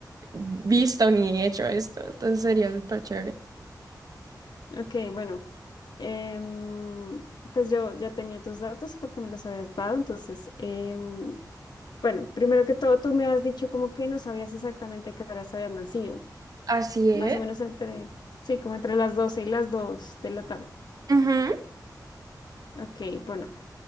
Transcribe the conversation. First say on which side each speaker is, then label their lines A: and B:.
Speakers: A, on the right; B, on the left.
A: visto ni hecho esto. Entonces sería súper chévere.
B: Ok, bueno. em, pues yo ya tenía tus datos porque me los habías dado, entonces, em, bueno, primero que todo, tú me has dicho como que no sabías exactamente a qué horas habías nacido,
A: Así es.
B: más o menos entre, sí, como entre las 12 y las 2 de la tarde.
A: Ujú.
B: Ok, bueno,